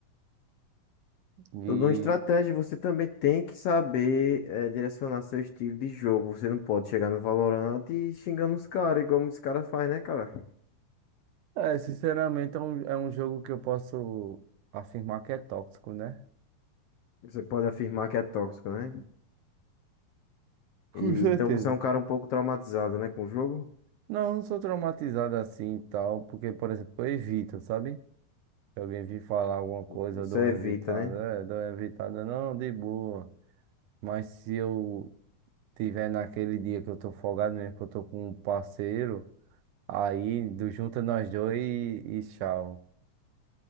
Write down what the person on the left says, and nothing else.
Tudo uma estratégia, você também tem que saber eh, direcionar seu estilo de jogo. Você não pode chegar no Valorant e xingando os caras, igual muitos caras fazem, né, cara?
Você pode afirmar que é tóxico, né?
E
então você é um cara um pouco traumatizado, né, com o jogo.
Você
evita,
né?